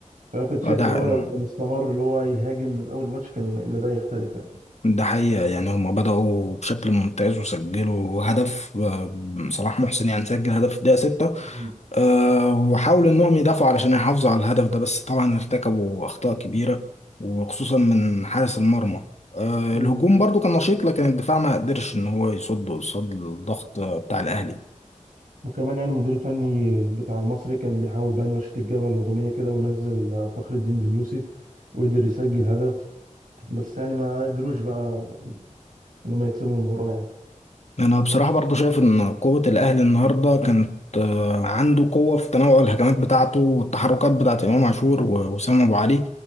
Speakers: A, on the right; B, on the left.
A: فأنا كنت شايف
B: اداء
A: اللي هو لو كان استمر اللي هو يهاجم من أول ماتش كان اللي ده يختلف يعني
B: ده حقيقة يعني هما بدأوا بشكل ممتاز وسجلوا هدف آه، صلاح محسن يعني سجل هدف في الدقيقة ستة
A: مم.
B: آه، وحاولوا إنهم يدافعوا علشان يحافظوا على الهدف ده بس طبعا ارتكبوا أخطاء كبيرة وخصوصا من حارس المرمى آه،
A: مم.
B: الهجوم برضو كان نشيط لكن الدفاع ما قدرش إن هو يصد قصاد الضغط آه، بتاع الأهلي
A: وكمان يعني المدير الفني بتاع المصري كان بيحاول بقى ينشط الجبهة الهجومية كده ونزل آه، فخر الدين بن يوسف وقدر يسجل هدف بس يعني ما قدروش بقى انهم يكسبوا المباراة يعني
B: انا بصراحه برضو شايف ان قوه الاهلي النهارده كانت آه، عنده قوه في تنوع الهجمات بتاعته والتحركات بتاعت امام عاشور ووسام ابو علي